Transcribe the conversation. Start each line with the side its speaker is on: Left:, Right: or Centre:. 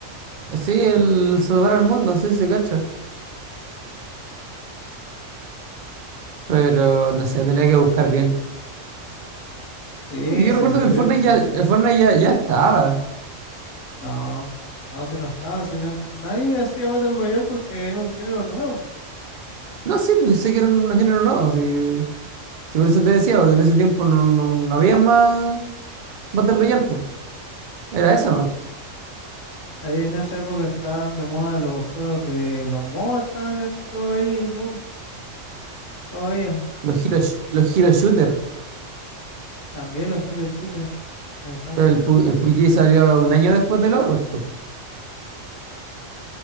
Right: Sí, el Salvar al Mundo, sí, se cacho, pero no sé, tendría que buscar bien.
Left: Sí,
Right: Porque yo
Left: sí,
Right: recuerdo
Left: salió
Right: que el Fortnite
Left: después.
Right: ya, el Fortnite ya, ya estaba.
Left: No, no, si no estaba, si no, nadie hacía Battle Royale porque era un género nuevo.
Right: No sé, pues sí sé que era un género nuevo. Si, si por eso te decía, porque en ese tiempo no, no, no había más Battle Royale, pues. Era eso, ¿no?
Left: Ahí en esa época estaban de moda los juegos de los MOBA, estaban en todo ahí el boom, todavía.
Right: Los hero, sh- los hero shooter.
Left: También los Hero Shooter, ¿verdad?
Right: Pero el, pu- el PUBG salió un año después del Overwatch, pues.